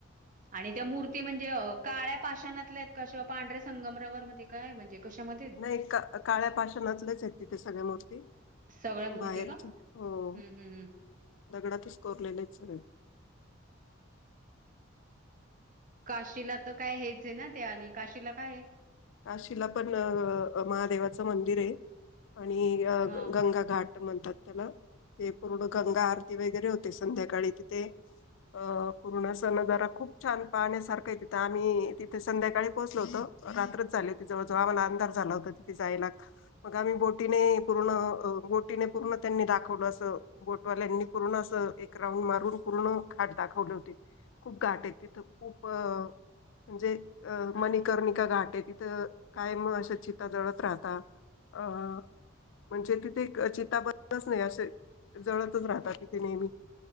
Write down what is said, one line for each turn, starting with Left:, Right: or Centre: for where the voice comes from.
Right: आणि त्या मूर्ती म्हणजे काळ्या पाषाणातल्या आहेत का शिवा पांढर्या संगमरावर मध्ये काय म्हणजे? कशामध्ये
Left: नाही का काळ्या पाशणातलेच आहेत तिथे सगळ्या मूर्ती
Right: सगळ्या मूर्ती
Left: बाहेरच
Right: का?
Left: हो
Right: हं, हं, हं.
Left: दगडातच कोरलेले आहेत सगळे.
Right: काशीला तर काय हेच आहे ना त्या आणि काशीला काय?
Left: काशीला पण महादेवाचं मंदिर आहे आणि
Right: हां.
Left: गंगा घाट म्हणतात त्याला ते पूर्ण गंगा आरती वगैरे होते संध्याकाळी तिथे. अ पूर्ण स न जरा खूप छान पाण्यासारखं आहे तिथं आम्ही तिथे संध्या सकाळी पोचलो होतो रात्र जवळ जवळ आम्हाला अंधार झाला होता तिथे जायला मग आम्ही बोटीने पूर्ण बोटीने पूर्ण त्यांनी दाखवलं अस बोटवाल्यांनी पूर्ण अस एक रांऊड मारून पूर्ण घाट दाखवले होते खूप घाट आहे तिथं खूप म्हणजे मणिकर्णिका घाट आहे तिथ तर काय मग अं चितता जळत राहतात अ म्हणजे तिथे एक चिता बसच नाही असे जळतच राहत तिथे नेहमी